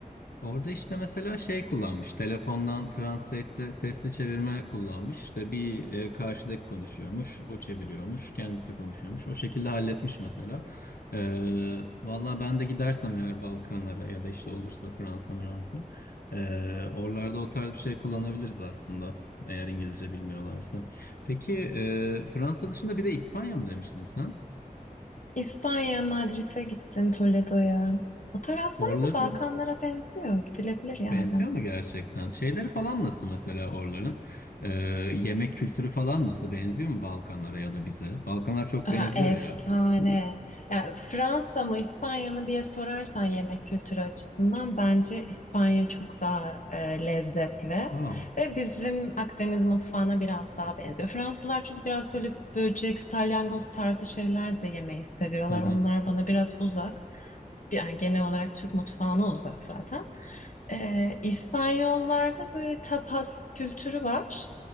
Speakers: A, on the left; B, on the left.
A: Orada işte mesela şey kullanmış. Telefondan Translate'de sesli çevirme kullanmış. İşte bir e, karşıdaki konuşuyormuş, o çeviriyormuş, kendisi konuşuyormuş. O şekilde halletmiş mesela. Ee, valla ben de gidersem eğer Balkanlara ya da işte olursa Fransa, Fransa. ee, oralarda o tarz bir şey kullanabiliriz aslında. Eğer İngilizce bilmiyorlarsa. Peki e, Fransa dışında bir de İspanya mı demiştin sen?
B: İspanya, Madrid'e gittim, Toledo'ya. O taraflar
A: Oraları
B: da Balkanlara benziyor. Gidilebilir yani.
A: Benziyor mu gerçekten? Şeyleri falan nasıl mesela oraların? Ee, yemek kültürü falan nasıl? Benziyor mu Balkanlara ya da bize? Balkanlar çok
B: Aa,
A: benziyor
B: efsane.
A: ya.
B: Yani Fransa mı İspanya mı diye sorarsan yemek kültürü açısından bence İspanya çok daha e, lezzetli
A: Aa,
B: ve bizim Akdeniz mutfağına biraz daha benziyor. Fransızlar çünkü biraz böyle böcek, salyangoz tarzı şeyler de yemeyi seviyorlar.
A: hı hı.
B: Onlar bana biraz uzak. Yani genel olarak Türk mutfağına uzak zaten. E, İspanyollarda böyle tapas kültürü var.